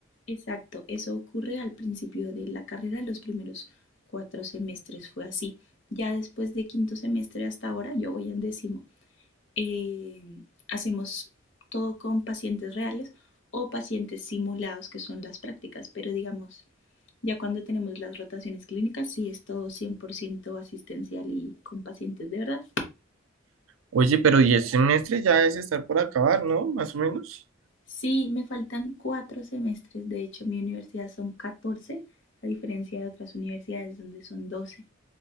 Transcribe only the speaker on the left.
Exacto, eso ocurre al principio de la carrera, los primeros cuatro semestres fue así. Ya después de quinto semestre hasta ahora, yo voy en décimo, eh, hacemos todo con pacientes reales o pacientes simulados, que son las prácticas, pero digamos, ya cuando tenemos las rotaciones clínicas, sí es todo 100% asistencial y con pacientes de verdad.
Sí, me faltan cuatro semestres, de hecho mi universidad son catorce a diferencia de otras universidades donde son doce